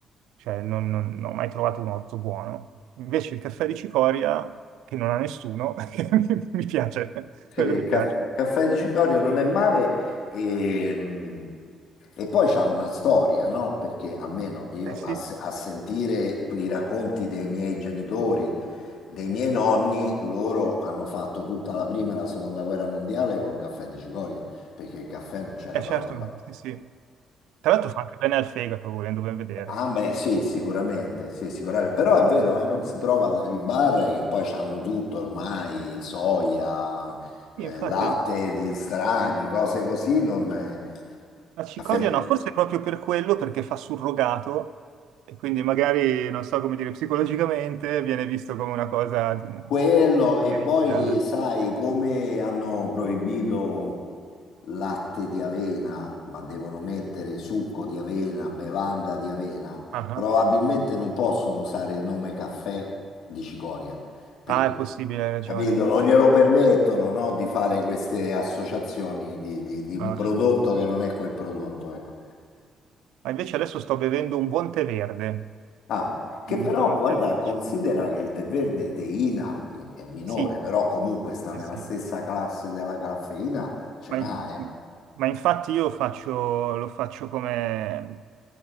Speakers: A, on the right; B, on the left.
A: cioè non, non- non ho mai trovato un orzo buono. Invece il caffè di cicoria, che non ha nessuno, <laughs> mi, mi piace,
B: Sì,
A: quello mi
B: ca-
A: piace.
B: caffè di cicoria non è male e, mm, e poi c'ha una storia, no? Perché almeno io
A: Eh sì,
B: a, se- a sentire i racconti dei miei genitori, dei miei nonni, loro hanno fatto tutta la prima e la seconda guerra mondiale col caffè di cicoria, perché il caffè non c'era
A: eh
B: proprio.
A: certo, sì, sì. Tra l'altro fa anche bene al fegato, volendo ben vedere.
B: Ah, beh, sì, sicuramente, sì, sicuramente. Però è vero, eh, non si trova dai bar che poi hanno tutto ormai, soia, eh,
A: Infatti,
B: latte di strani, cose così, non è-
A: La cicoria
B: caffè di-
A: no, forse proprio per quello, perché fa surrogato e quindi magari, non so come dire, psicologicamente viene visto come una cosa di...
B: Quello, e
A: come
B: poi
A: rimpiazzo.
B: sai come hanno proibito latte di avena, ma devono mettere succo di avena, bevanda di avena,
A: Ah,
B: probabilmente
A: ah.
B: non possono usare il nome caffè di cicoria perché
A: Ah, è possibile, hai ragione.
B: Capito? Non glielo permettono, no, di fare queste associazioni di, di- di un
A: Ah,
B: prodotto
A: sì.
B: che non è quel prodotto, ecco.
A: Ma invece adesso sto bevendo un buon tè verde.
B: Ah, che
A: Un
B: però,
A: tè un
B: guarda,
A: tè verde.
B: considera
A: ci-
B: che il tè verde teina, che è minore,
A: Sì,
B: però comunque sta
A: sì,
B: nella
A: sì.
B: stessa classe della caffeina, ce
A: Ma,
B: n'ha,
A: in-
B: eh?
A: ma infatti io faccio, lo faccio come,